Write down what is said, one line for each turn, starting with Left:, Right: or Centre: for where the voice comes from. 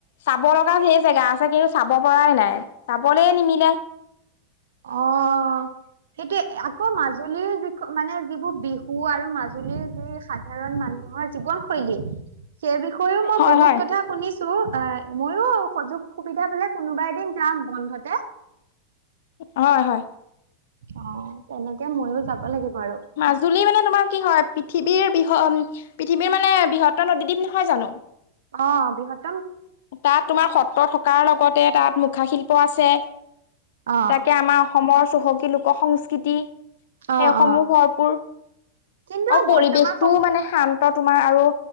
Left: চাব লগা ধেই জেগা আছে। কিন্তু চাব পৰা নাই চাবলৈ নিমিলে।
Right: অ', সেইটোয়ে আকৌ মাজুলীৰ যিখ মানে যিবোৰ বিহু আৰু মাজু জুলীৰ যি সাধাৰণ মানুহৰ জীৱন শৈলী। সেই বিষয়েও মই
Left: হয়
Right: বহুত
Left: হয়
Right: কথা শুনিছো। অ', ময়ো সুযোগ সুবিধা পালে কোনোবা এদিন যাম বন্ধতে।
Left: হয়, হয়।
Right: অ', তেনেকে ময়ো যাব লাগিব। আৰু
Left: মাজুলী মানে তোমাৰ কি হয় পৃথিৱীৰ বি হ পৃথিৱীৰ মানে বৃহত্তৰ নদীদ্বীপ নহয় জানো?
Right: অ', বৃহত
Left: তাত তোমাৰ সত্ৰ থকাৰ লগতে তাত মুখাশিল্প আছে।
Right: অ',
Left: তাকে আমাৰ অসমৰ চহকী লোক সংস্কৃতি
Right: অ',
Left: সেইসমূহ
Right: অ',
Left: ভৰপূৰ।
Right: কিন্তু
Left: অ', পৰিৱেশটোও
Right: বৰ্তমান সম
Left: মানে শান্ তোমাৰ আৰু